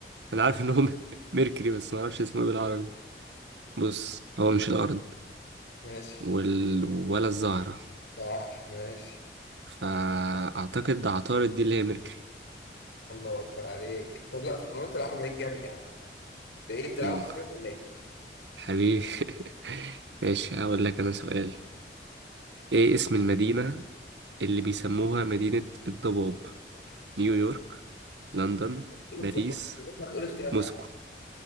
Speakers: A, on the right; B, on the left.
A: أنا عارف إنهم <laughs> ميركوري بس ما أعرفش اسمه إيه بالعربي بص هو مش الأرض
B: ماشي
A: وال... ولا الزهرة
B: صح ماشي
A: فأعتقد عطارد دي اللي هي ميركوري
B: الله اكبر عليك طب لا في المنوط العامة بقيت جامد يا عم ده ايه بتلعبوا
A: مم.
B: كتير ولا ايه؟
A: حبيبي <laughs> ماشي هقول لك أنا سؤال إيه اسم المدينة اللي بيسموها مدينة الضباب نيويورك لندن
B: ايه الاختيارات؟
A: باريس
B: ما تقول اختيارات
A: موسكو